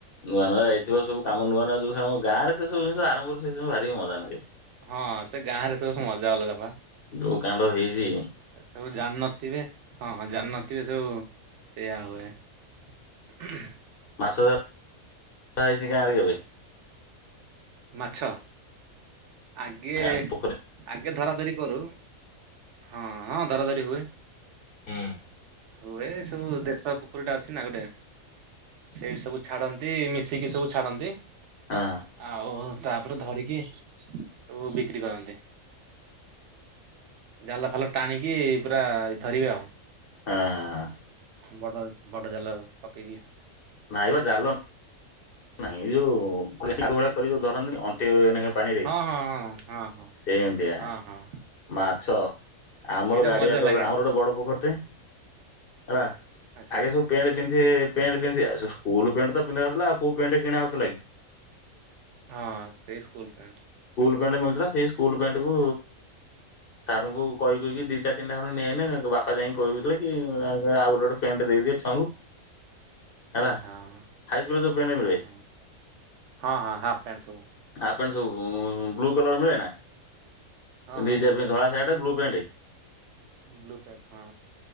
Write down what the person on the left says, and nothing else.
ନୂଆ ନୂଆ ଯାଇଥିବ ସବୁ କାମ ନୂଆ ନୂଆ ଯୋଉ ଗାଁରେ ସେ ସବୁ ଜିନିଷ ଆରମ୍ଭରୁ ସେ ଭାରି ମଜା ନାଗେ।
ଯୋଉ <unintelligible>
ମାଛ। ଧାରା ହେଇଛି ଗାଁରେ କେବେ?
ଗାଁ ପୋଖରୀ
ହଁ।
ହଁ
ହଁ ହଁ ହଁ।
ନାଇଁ ବା ଜାଲ ନାଇଁ ଏଇ ଯୋଉ ଭଳିଆ କରି ଯୋଉ ଧରନ୍ତିନି ଅଣ୍ଟି ପାଣିରେ
ସେ ଏମିତିଆ
ମାଛ ଆମର
ଗାଡିଆ
ଆମର
ଗୋଟେ ବଡ଼ ପୋଖରୀଟେ ହେଲା
ଆଗେ ସବୁ ପେଣ୍ଟ ପିନ୍ଧ
ପେଣ୍ଟ ପିନ୍ଧି ସ୍କୁଲ ପେଣ୍ଟ ତ ପିଧାଯାଉଥିଲା ଆଉ ପେଣ୍ଟ କିଣା ହଉ ଥିଲାକି?
ଣ୍ଟ ମିଳୁଥିଲା ସେଇ ସ୍କୁଲ ପ୍ୟାଣ୍ଟ କ ସାରଙ୍କୁ କହିକି ଦିଟା ତିନିଟା ଖଣ୍ଡେ ନେଇଲେ ବାପା ଯାଇକି କଥିଲେ କି ଆଉ ଗୋଟେ ଗୋଟେ ପ୍ୟାଣ୍ଟ ଦେଇଦିଅ ଛୁଆଙ୍କୁ ହେଲା
ହାଇସ୍କୁଲରେ ଯୋ ମିଳେ
ହାଫ୍ ସବୁ ବ୍ଲୁ କଲର ମିଳେ ନା
ପିନ୍ଧିକି
ଯିବା
ପାଇଁ
ଧଳା
shirt blue pant